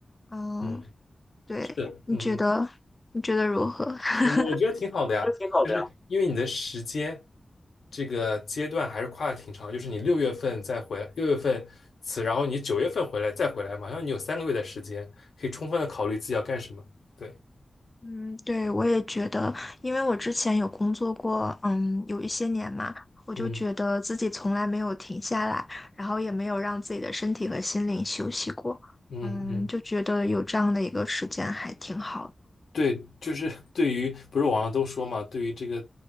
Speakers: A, on the left; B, on the left.
A: 嗯，
B: 嗯。
A: 对，
B: 是，
A: 你觉得，
B: 嗯，
A: 你觉得如何？
B: 我我觉得挺好的呀，
A: <laughs> 挺好的呀。
B: 就是因为你的时间这个阶段还是跨的挺长，就是你六月份再回，六月份辞，然后你九月份回来再回来，嘛，然后你有三个月的时间，可以充分的考虑自己要干什么。对，
A: 嗯，对，我也觉得，因为我之前有工作过，嗯，有一些年嘛，我就觉得自己从来没有停下来，
B: 嗯
A: 然后也没有让自己的身体和心灵休息过，
B: 嗯嗯，
A: 嗯，就觉得有这样的一个时间还挺好的。
B: 对，就是 <laughs> 对于不是网上都说嘛，对于这个